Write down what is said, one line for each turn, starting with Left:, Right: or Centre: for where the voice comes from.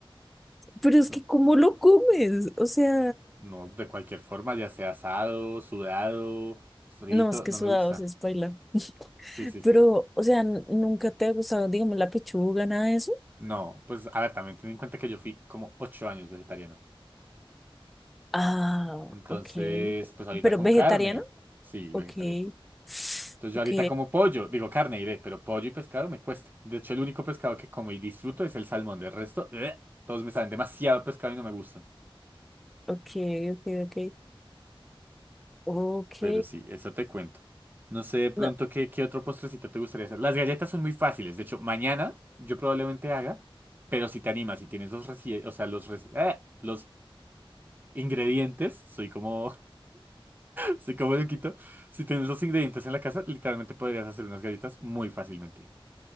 Centre: Pero es
Right: No,
Centre: que ¿cómo lo comes? O sea,
Right: no, de cualquier forma, ya sea asado, sudado, frito,
Centre: no, es que
Right: no
Centre: sudados
Right: me gusta.
Centre: es bailar. <laughs>
Right: Sí, sí, sí.
Centre: Pero, o sea, n- ¿nunca te ha gustado, digamos, la pechuga, nada de eso?
Right: No, pues a ver, también ten en cuenta que yo fui como ocho años vegetariano.
Centre: Ah,
Right: Entonces,
Centre: ok.
Right: pues ahorita
Centre: ¿Pero
Right: como
Centre: vegetariana?
Right: carne. Sí,
Centre: Ok.
Right: vegetariano.
Centre: <sighs>
Right: Entonces
Centre: Ok,
Right: yo ahorita como pollo, digo carne iré, pero pollo y pescado me cuesta. De hecho, el único pescado que como y disfruto es el salmón. Del resto, ¡eh! todos me saben demasiado pescado y no me gustan.
Centre: ok, ok, ok. Ok.
Right: Pero sí, eso te cuento. No sé de pronto
Centre: No,
Right: qué, qué otro postrecito te gustaría hacer. Las galletas son muy fáciles. De hecho, mañana yo probablemente haga, pero si te animas, si tienes los reci- o sea, los, reci- ¡eh! los ingredientes, soy como Así como lo quito, si tienes los ingredientes en la casa, literalmente podrías hacer unas galletas muy fácilmente.